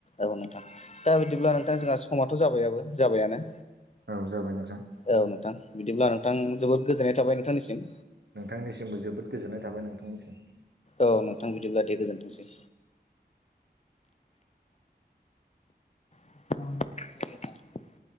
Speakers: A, on the left; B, on the right.
A: औ नोंथां दा बिदिब्ला नोंथां जोंहा समाथ' जाबायाबो जाबायानो।
B: औ जाबाय नोंथां।
A: औ नोंथां बिदिब्ला नोंथां जोबोद गोजोननाय थाबाय नोंथांनिसिम।
B: नोंथांनिसिमबो जोबोद गोजोननाय थाबाय नोंथांनिसिम।
A: औ नोंथां बिदिब्ला दे गोजोनथोंसै। <unintelligible>